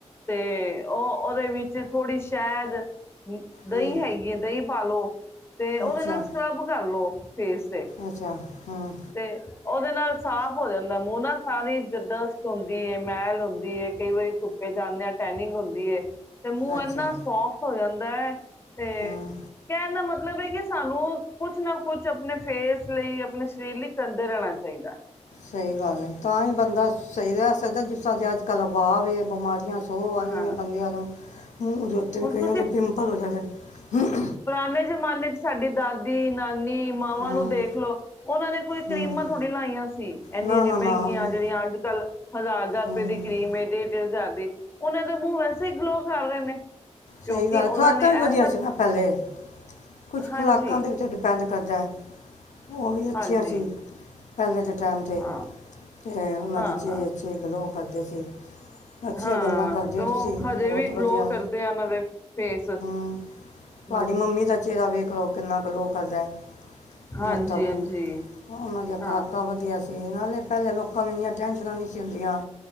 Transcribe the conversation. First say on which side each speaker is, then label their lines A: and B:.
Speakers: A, on the left; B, on the left.
A: ਤੇ ਉਹ ਉਹਦੇ ਵਿੱਚ ਥੋੜ੍ਹੀ ਸ਼ਹਿਦ ਦਹੀਂ
B: ਹੂੰ
A: ਹੈਗੀ ਏ ਦਹੀਂ ਪਾਲੋ ਤੇ ਉਹਦੇ
B: ਅੱਛਾ
A: ਨਾਲ ਸਕਰੱਬ ਕਰ ਲੋ ਫੇਸ ਤੇ
B: ਅੱਛਾ ਹੂੰ
A: ਤੇ ਉਹਦੇ ਨਾਲ ਸਾਫ਼ ਹੋ ਜਾਂਦਾ ਮੂੰਹ ਨਾ ਸਾਰੀ ਡਸਟ ਹੁੰਦੀ ਏ ਮੈਲ ਹੁੰਦੀ ਏ ਕਈ ਵਾਰੀ ਧੁੱਪੇ ਜਾਂਦੇ ਆ ਟੈਨਿੰਗ ਹੁੰਦੀ ਏ ਤੇ ਮੂੰਹ
B: ਅੱਛਾ
A: ਇੰਨਾ ਸੋਫਟ ਹੋ ਜਾਂਦਾ ਦੈ ਤੇ
B: ਹੂੰ
A: ਕਹਿਣ ਦਾ ਮਤਲਬ ਏ ਕਿ ਸਾਨੂੰ ਕੁਛ ਨਾ ਕੁਛ ਆਪਣੇ ਫੇਸ ਲਈ ਆਪਣੇ ਸਰੀਰ ਲਈ ਕਰਦੇ ਰਹਿਣਾ ਚਾਹੀਦੈ
B: ਸਹੀ ਗੱਲ ਏ ਤਾਂ ਹੀ ਬੰਦਾ ਸਹੀ ਰਹਿ ਸਕਦਾ ਜਿਸਾਂ ਦੇ ਅੱਜ ਕੱਲ ਵਾਹ ਵੇ ਬਿਮਾਰੀਆਂ ਸੋ <unintelligible>
A: ਹਾਂ
B: ਬੰਦਿਆਂ ਨੂੰ ਮੂੰਹ ਦੇ ਉੱਤੇ
A: ਹੁਣ
B: ਵੀ ਕਈਆਂ
A: ਤੁਸੀਂ
B: ਦੇ ਪਿੰਪਲ ਹੋ ਜਾਂਦੇ ਹਮਮ।
A: ਪੁਰਾਣੇ ਜਮਾਨੇ 'ਚ ਸਾਡੀ ਦਾਦੀ ਨਾਲ ਨੀ ਮਾਵਾਂ
B: ਹੂੰ
A: ਨੂੰ ਦੇਖਲਓ, ਉਹਨਾਂ ਨੇ ਕੋਈ
B: ਹੂੰ
A: ਕਰੀਮਾਂ ਥੋੜ੍ਹੀ ਲਾਈਆਂ ਸੀ, ਐਨੀ
B: ਨਾ
A: ਐਨੀ
B: ਨਾ ਨਾ
A: ਮਹਿੰਗੀਆਂ
B: ਉਹਨੇ-
A: ਜਿਹੜੀਆਂ ਅੱਜ ਕੱਲ੍ਹ ਹਜ਼ਾਰ ਹਜ਼ਾਰ
B: ਹੂੰ
A: ਰੁਪਏ ਦੀ ਕਰੀਮ ਏ, ਡੇਢ ਡੇਢ ਹਜ਼ਾਰ ਵੇ। ਉਹਨਾਂ ਦੇ ਮੂੰਹ ਵੈਸੇ ਈ ਗਲੋ ਕਰ ਰਹੇ ਨੇ ਕਿਉਂਕਿ
B: ਸਈ ਗੱਲ,
A: ਉਹਨਾਂ
B: ਖੁਰਾਕਾਂ
A: ਨੇ ਇਹ
B: ਵੀ ਵਧੀਆ
A: ਸਭ
B: ਸੀ ਨਾ ਪਹਿਲੇ। ਕੁਛ
A: ਹਾਂਜੀ
B: ਖੁਰਾਕਾਂ ਦੇ ਵਿੱਚ ਡਿਪੈਂਡ ਕਰਦੈ, ਉਹ ਵੀ ਅੱਛੀਆਂ
A: ਹਾਂਜੀ
B: ਸੀ ਪਹਿਲੇ ਦੇ ਟਾਈਮ 'ਤੇ
A: ਹਾਂ
B: ਤੇ ਉਹਨਾਂ
A: ਹਾਂ
B: ਦੇ ਚੇ
A: ਹਾਂ
B: ਅੱਛੇ ਗਲੋ ਕਰਦੇ ਸੀ। ਅੱਛੀਆਂ
A: ਹਾਂ
B: ਗੱਲਾਂ ਕਰਦੇ
A: ਤੇ
B: ਓ
A: ਉਹ
B: ਤੁਸੀਂ, ਬਹੁਤ
A: ਹਜੇ ਵੀ
B: ਵਧੀਆ।
A: ਗਲੋ ਕਰਦੇ ਆ ਉਹਨਾਂ ਦੇ ਫੇਸ
B: ਹਮਮ।
A: ਹਮ,
B: ਤੁਹਾਡੀ ਮੰਮੀ ਦਾ ਦਾ ਵੇਖ ਲਓ ਕਿੰਨਾ ਗਲੋ ਕਰਦੈ। ਮਤਬ,
A: ਹਾਂਜੀ ਹਾਂਜੀ
B: ਉਹਨਾਂ ਦੀਆਂ ਖੁਰਾਕਾਂ
A: ਹਾਂ
B: ਵਧੀਆ ਸੀ, ਨਾਲੇ ਪਹਿਲੇ ਲੋਕ ਕਾਂ ਨੂੰ ਇਨੀਆਂ ਟੈਂਨਸ਼ਨਾਂ ਨਹੀਂ ਸੀ ਹੁੰਦੀਆਂ